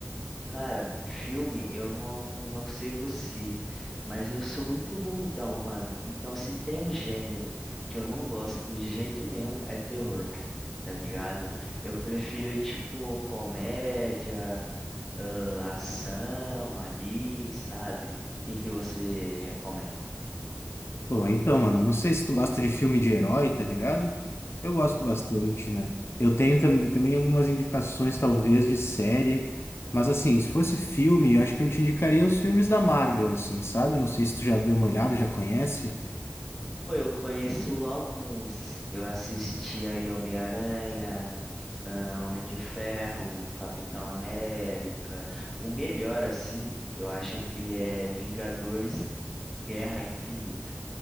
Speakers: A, in the centre; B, on the left.
A: Cara, filme, eu não, não sei você, mas eu sou muito bundão, mano. Então, se tem um gênero que eu não gosto de jeito nenhum, é terror, tá ligado? Eu prefiro, tipo, comédia. ah, ação ali, sabe? O que que você recomenda?
B: Pô, então, mano, não sei se tu gosta de filme de herói, tá ligado? Eu gosto bastante, né? Eu tenho tam- também algumas indicações, talvez, de série, mas assim, se fosse filme, eu acho que eu te indicaria os filmes da Marvel, assim, sabe? Não sei se tu já deu uma olhada, já conhece.
A: Pô, eu conheço alguns. Eu assisti aí Homem-Aranha, ah, Homem de Ferro, Capitão América. O melhor, assim, eu acho que é Vingadores Guerra Infinita.